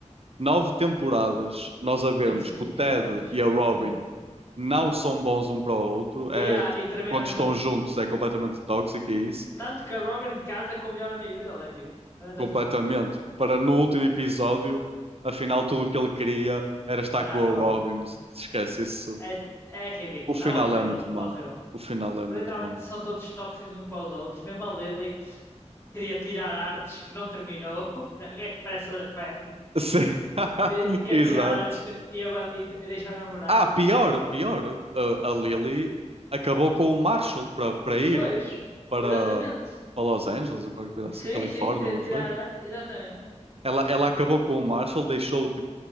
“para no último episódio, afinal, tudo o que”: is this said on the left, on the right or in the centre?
Right